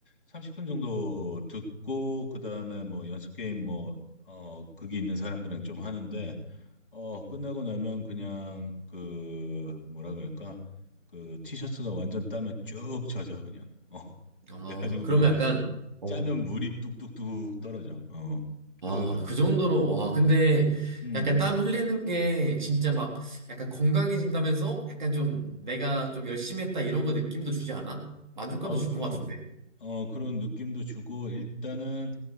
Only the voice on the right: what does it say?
아,
그러면
약간, 어,
아,
그 정도로,
와, 근데
약간 땀 흘리는 게 진짜 막 약간 건강해진다면서 약간 좀
내가
좀 열심히 했다 이런 거 느낌도 주지 않아? 만족감도
줄
것 같은데.